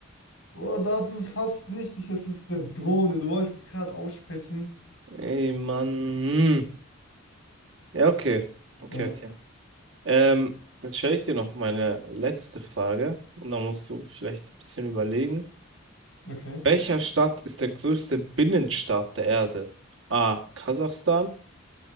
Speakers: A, on the left; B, on the right.
A: Oh, da ist es fast richtig. Es ist eine Drohne. Du wolltest es gerade aussprechen.
B: Ey, Mann. Hm. Ja, okay. Okay,
A: Ja,
B: okay. Ähm, dann stelle ich dir noch meine letzte Frage und dann musst du vielleicht ein bisschen überlegen.
A: okay.
B: Welcher Staat ist der größte Binnenstaat der Erde? A. Kasachstan,